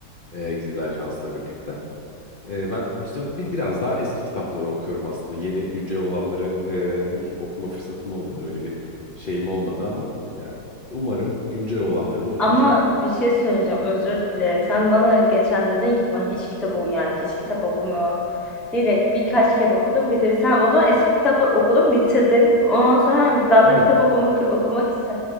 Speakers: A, on the left; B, in the centre.
A: Ee, Gizli Ajans'la birlikte. Ee, ben işte bir biraz daha eski kitapları okuyorum aslında. Yeni güncel olanları e, henüz okuma fırsatım olmadı. Öyle bir şeyim olmadı ama yani umarım güncel olanları da okuyacağım.
B: Ama bir şey söyleyeceğim özür dileyerek. Sen bana geçen dedin ki ben hiç kitap o yani hiç kitap okumuyorum. Diyerek birkaç kere okudum bitir. Sen o zaman eski kitapları okudun bitirdin. Ondan sonra hani daha
A: Aynen.
B: da kitap okumak okumak ister.